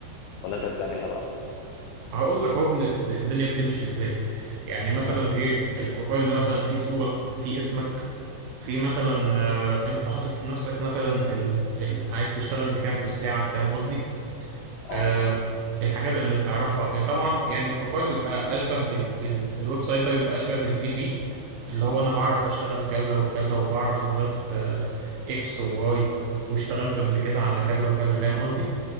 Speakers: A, on the left (about 85°); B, on the right (about 70°).
A: ولا انت اللي بتعملها بقى
B: هقول لك اهو بن- ب- الدنيا بتمشي ازاي يعني مثلا
A: اه
B: ايه البروفايل ده مثلا فيه صورة فيه اسمك في مثلا آه، انت حاطط لنفسك مثلا ال... ال... عايز تشتغل بكام في الساعة فاهم قصدي
A: آه.
B: آه الحاجات اللي بتعرفها آه، طبعا يعني البروفايل بيبقى اشبه بال... بال... في الويب سايت ده بيبقى اشبه بالسي في اللي هو انا بعرف اشتغل كذا وكذا وبعرف لغات آه، اكس وواي واشتغلت قبل كده على كذا وكذا فاهم قصدي